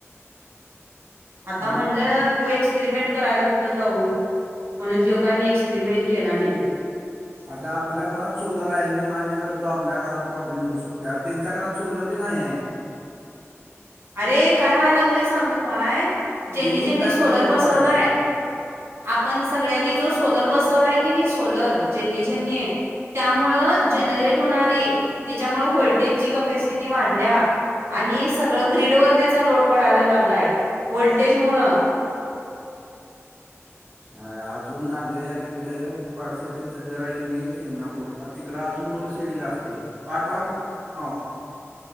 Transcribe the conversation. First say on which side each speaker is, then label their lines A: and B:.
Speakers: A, on the right (about 50°); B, on the right (about 30°).
A: आता म्हणलं
B: मग
A: त्यो एक्सपेरिमेंट करायला कुठं जाऊ? म्हणून त्यो काय मी एक्सपेरिमेंट केला नाही.
B: अग आपल्या घरात सोलर हाय, मी मान्य करतो आपल्या घरात प्रॉब्लेम होऊ शकतोय, त्यांच्या घरात सोलर बी नाही हाय.
A: <unintelligible> अरे, काय व्हाय लागलंय सांगू काय, ज्यांनी-
B: तिने
A: ज्यांनी
B: काय
A: सोलर
B: बंद करून
A: बसवलाय
B: बघायचं
A: आपण सगळ्यांनी जो सोलर बसवलाय की नी सोलर, ज्यांनी- ज्यांनी त्यामुळं जनरेट होणारी, त्याच्यामुळ व्होल्टेजची कपॅसिटी वाढलीया. आणि सगळं ग्रीडवर त्याचा लोड पडायला लागलाय, व्होल्टेजमुळ.
B: ह, अजून अग इकड हे पार्शात्येच घर हाय कणी शिंगणापूरला तिकडं अजून लोड शेडिंग असतंय, पाठवा कि म्हणाव.